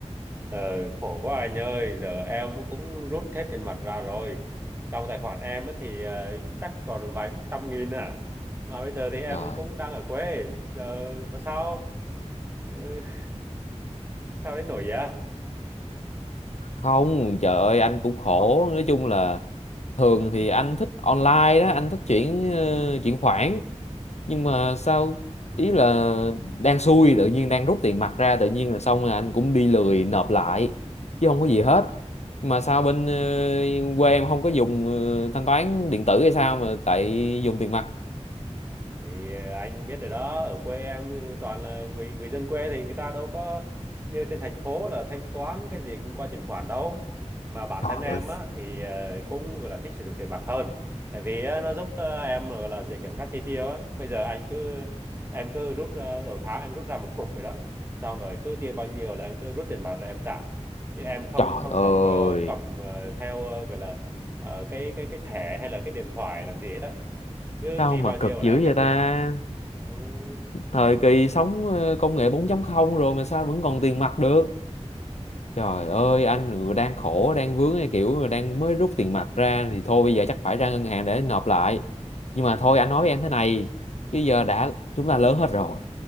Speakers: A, on the right (about 20°); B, on the left (about 70°).
A: ờ, khổ quá anh ơi, giờ em cũng rút hết tiền mặt ra rồi. Trong tài khoản em ấy thì ờ, chắc còn vài trăm nghìn à. Mà bây giờ thì em
B: Rồi.
A: cũng đang ở quê, giờ mà sao <laughs> sao đến nổi vậy?
B: không trời ơi anh cũng khổ nói chung là thường thì anh thích online đó anh thích chuyển ờ, chuyển khoản nhưng mà sao ý là đang xui tự nhiên đang rút tiền mặt ra tự nhiên là xong rồi anh cũng đi lười nộp lại chứ không có gì hết Nhưng mà sao bên ờ, quê em không có dùng ờ, thanh toán điện tử hay sao mà tại dùng tiền mặt
A: thì ờ, anh biết rồi đó ở quê em ừ, toàn là người người dân quê thì người ta đâu có như trên thành phố là thanh toán cái gì cũng qua chuyển khoản đâu mà bản
B: trời
A: thân em
B: ơi
A: á thì ờ, cũng gọi là thích sử dụng tiền mặt hơn tại vì á, nó giúp ờ, em gọi là dễ kiểm soát chi tiêu á bây giờ anh cứ em cứ rút ờ, đầu tháng em rút ra một cục vậy đó xong rồi cứ tiêu bao nhiêu là em cứ rút tiền mặt rồi em trả chứ em không
B: trời
A: không
B: ơi
A: không có cầm ờ, theo ờ, gọi là ờ, cái cái cái thẻ hay là cái điện thoại làm gì hết á cứ
B: sao
A: chi
B: mà
A: bao nhiêu
B: cực dữ
A: là em biết
B: vậy ta
A: được Ừ.
B: thời kỳ sống ờ, công nghệ 4 không rồi mà sao vẫn còn tiền mặt được Trời ơi anh vừa đang khổ đang vướng cái kiểu là đang mới rút tiền mặt ra thì thôi bây giờ chắc phải ra ngân hàng để nộp lại nhưng mà
A: Ừ.
B: thôi anh nói với em thế này bây giờ đã chúng ta lớn hết rồi